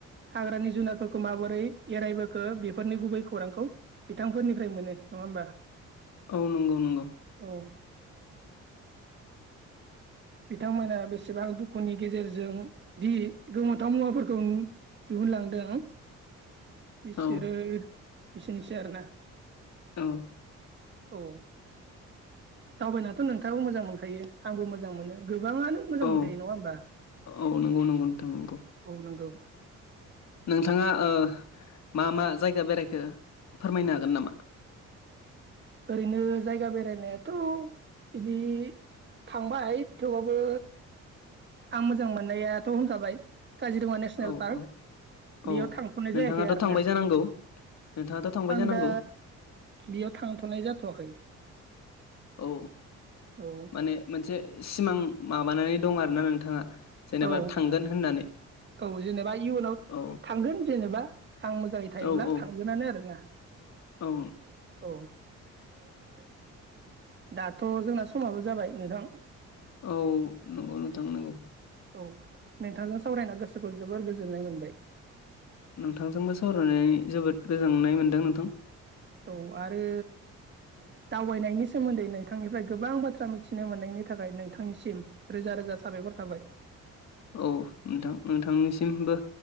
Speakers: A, on the right (about 35°); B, on the left (about 60°).
A: हाग्रानि जुनारफोरखौ माबोरै एरायबोखो बेफोरनि गुबै खौरांखौ बिथांफोरनिफ्राय मोनो नङा होमबा
B: औ नंगौ नंगौ
A: औ बिथांमोना बेसेबां दुखुनि गेजेरजों दि गोमोथाव मुवाफोरखौ दिहुनलांदों बिसोरो
B: औ
A: एसेनोसै आरो ना
B: औ
A: औ दावबायनाथ' नोंथाङाबो मोजां मोनखायो आंबो मोजां मोनो गोबाङानो मोजां
B: औ
A: मोनखायो नङा होमबा
B: औ नंगौ नंगौ नोंथां नंगौ
A: औ नंगौ
B: नोंथाङा ओ मा मा जायगा बेरायखो फोरमायनो हागोन नामा
A: ओरैनो जायगा बेरायनायाथ' बिदि थांबाय थेवबाबबो आं मोजां मोननायाथ' होनखाबाय काजिरङा नेसनेल
B: औ
A: पार्क
B: औ
A: बेयाव
B: औ
A: थांथ'नाय
B: नोंथाङाथ'
A: जायाखै आरो
B: थांबाय
A: ना
B: जानांगौ नोंथाङाथ' थांबाय
A: आं
B: जानांगौ
A: दा बेयाव थांथ'नाय जाथ'वाखै
B: औ
A: औ
B: माने मोनसे सिमां माबानानै दं आरो ना नोंथाङा जेनेबा
A: औ
B: थांगोन होननानै
A: औ जेनेबा इउ एनाव
B: औ
A: थांगोन जेनेबा आं मोजाङै थायोब्ला
B: औ औ
A: थांगोनानो आरोना
B: औ
A: <inaudible> दाथ' जोंना समाबो जाबाय नोंथां
B: औ नंगौ नोंथां नंगौ
A: औ नोंथांजों सावरायना गोसोखौ जोबोर गोजोननाय मोनबाय
B: नोंथांजोंबो सावरायनानै जोबोद गोजोननाय मोनदों नोंथां
A: औ आरो दावबायनायनि सोमोन्दै नोंथांनिफ्राय गोबां बाथ्रा मिथिनो मोननायनि थाखाय नोंथांनिसिम रोजा रोजा साबायखर थाबाय
B: औ नोंथां नोंथांनिसिमबो